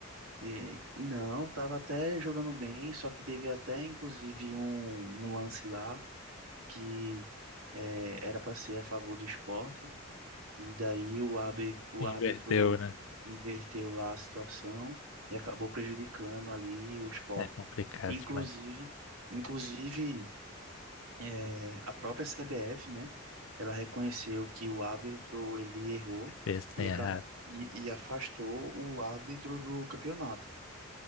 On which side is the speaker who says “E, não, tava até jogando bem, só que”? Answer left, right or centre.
Right